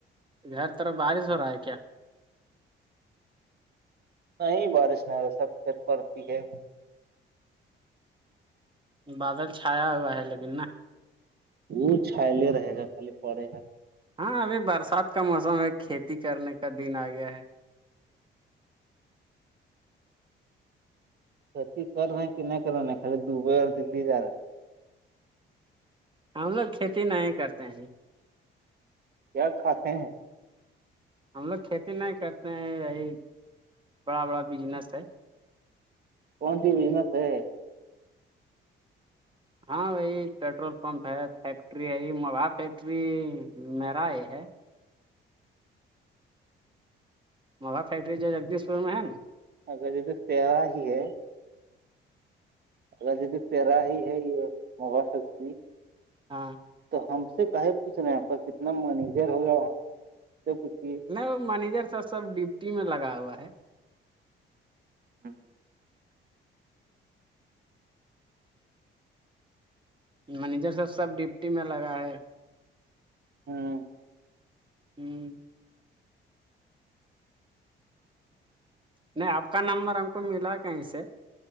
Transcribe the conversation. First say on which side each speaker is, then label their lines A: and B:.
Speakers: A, on the right; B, on the right.
A: گھر طرف بارش ہو رہا ہے کیا
B: نہیں بارش نہیں رہا سب چت پڑتی ہے
A: بادل چھایا ہوا ہے لیکن نا
B: وہ چھالے رہے گا خالی پڑے گا نہیںا
A: ہاں ابھی برسات کا موسم ہے کھیتی کرنے کا دن آ گیا ہے
B: کتی کر رہے ہیں کہ نہیں کر رہے ہیں خالی دبئی اور دللی جا رہا ہیں
A: ہم لوگ کھیتی نہیں کرتے ہیں
B: کیا کھاتے ہیں
A: ہم لوگ کھیتی نہیں کرتے ہیں یہی بڑا بڑا بجنس ہے
B: کون سی بزنس ہے
A: ہاں بھائی پیٹرول پمپ ہے فیکٹری ہے یہ موب فیکٹری میرا یہ ہے موا فیکٹری جو جگدیش پور میں ہے نا
B: اگر یہ تو تیرہ ہی ہے اگر جد تیرا ہی ہے یہ مبا بھی
A: ہاں
B: تو ہم سے کہے پوچھ رہے ہیں کتنا منییجر ہوگا وہاں سے پوچھیے
A: نہیں وہ مینیجر سرب سب ڈپٹی میں لگا ہوا ہے
B: ہاں ہ
A: مینیجر سرب سب ڈپٹی میں لگا ہے
B: ہوں
A: ہوں نہیں آپ کا نمبر ہم کو ملا کہیں سے